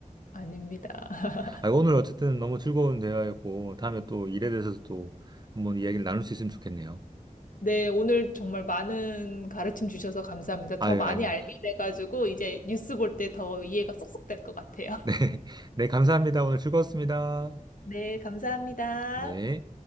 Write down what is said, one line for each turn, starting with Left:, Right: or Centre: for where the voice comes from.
Left: 아닙니다. <laughs>
Right: 아, 오늘 어쨌든 너무 즐거운 대화였고, 다음에 또 일에 대해서 또 한번 이야기를 나눌 수 있으면 좋겠네요.
Left: 네, 오늘 정말 많은 가르침 주셔서 감사합니다.
Right: 아유,
Left: 더 많이
Right: 아닙니다.
Left: 알게 돼가지고 이제 뉴스 볼 때 더 이해가 쏙쏙 될 것 같아요.
Right: <laughs>
Left: <laughs>
Right: 네. 네, 감사합니다. 오늘 즐거웠습니다.
Left: 네, 감사합니다.
Right: 예.